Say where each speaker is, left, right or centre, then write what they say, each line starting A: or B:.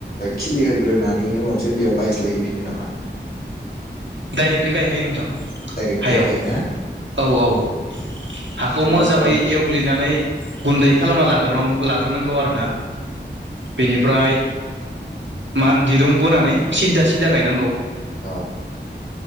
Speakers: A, on the left; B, on the right.
A: खिलि होग्रोनानै उनावसो बेयाव गायस्लायहैफिनो नामा? <inaudible>
B: दायरेक्टनो गायखायो नोंथां।
A: दाइरेक्टनो
B: हायाव
A: गायखायो ना?
B: औ औ हाखौ
A: बिदिब्लाथ'
B: मोजाङै
A: औ
B: एवग्लिनानै गुन्दै खालामना लाग्रोनां लाग्रोनांगौ आरोना, बेनिफ्राय मान दिरुं बोनानै सिद्दा-सिदा गायनांगौ।
A: औ